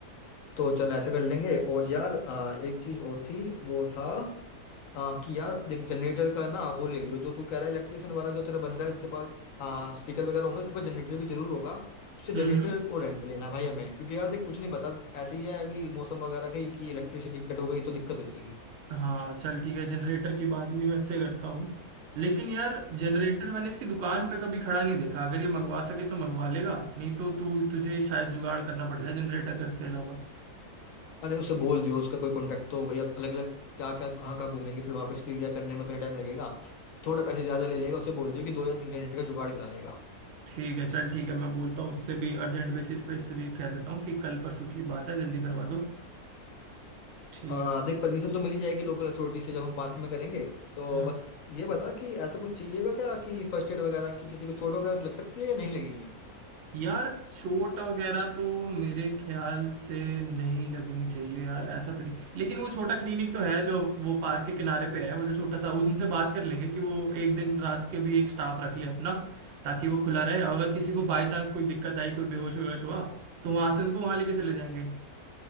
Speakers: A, on the left (about 65°); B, on the right (about 60°).
A: तो चल ऐसा कर लेंगे और यार आ, एक चीज और थी वो था आ, कि यार देख जनरेटर का ना वो ले लियो जो तू कह रहा है इलेक्ट्रिशियन वाला जो तेरा बंदा है इसके पास आ, स्पीकर वगैरह होंगे उसके पास जनरेटर भी जरूर होगा उससे जनरेटर
B: हम्म हम्म।
A: और रेंट पे लेना है भाई हमें क्योंकि यार देख कुछ नहीं पता ऐसे ही है अभी मौसम वगैरह का ही कि इलेक्ट्रिसिटी कट हो गई तो दिक्कत हो जाएगी
B: हाँ चल ठीक है जनरेटर की बात भी मैं इससे करता हूँ लेकिन यार जनरेटर मैंने इसकी दुकान पे कभी खड़ा नहीं देखा अगर ये मंगवा सके तो मंगवा लेगा नहीं तो तू तुझे शायद जुगाड़ करना पड़ जाए जनरेटर का इसके अलावा
A: अरे उसे बोल दियो उसका कोई कांटेक्ट तो हो गई अब अलग अलग क्या क्या कहाँ कहाँ घूमेंगे फिर वापस भी क्या करने में उतना टाइम लगेगा थोड़े पैसे ज्यादा ले लेगा उसे बोल दियो कि दो या तीन जनरेटर का जुगाड़ करा देगा
B: ठीक है चल ठीक है मैं बोलता हूँ इससे भी अर्जेंट बेसिस पे इससे भी कह देता हूँ कि कल परसों की बात है जल्दी करवा दो ठीक
A: आ, देख परमिशन तो मिल ही जाएगी लोकल अथॉरिटी से जब हम पार्क में करेंगे तो
B: है,
A: बस ये बता कि ऐसा कुछ चाहिएगा क्या कि फर्स्ट एड वगैरह की किसी को चोट वगैरह लग सकती है या नहीं लगेगी
B: यार चोट वगैरह तो मेरे ख्याल से नहीं लगनी चाहिए यार ऐसा तो नहीं लेकिन वो छोटा क्लिनिक तो है जो वो पार्क के किनारे पे है वो जो छोटा सा उनसे बात कर लेंगे कि वो एक दिन रात के भी एक स्टाफ रख ले अपना ताकि वो खुला रहे और अगर किसी को बाय चांस कोई दिक्कत आई कोई बेहोश वेहोश हुआ तो वहां से उनको वहां लेके चले जाएंगे